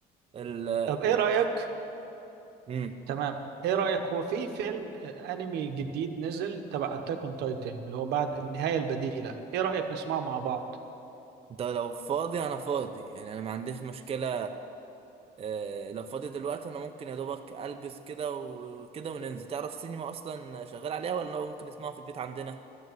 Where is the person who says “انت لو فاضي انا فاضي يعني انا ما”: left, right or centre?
Right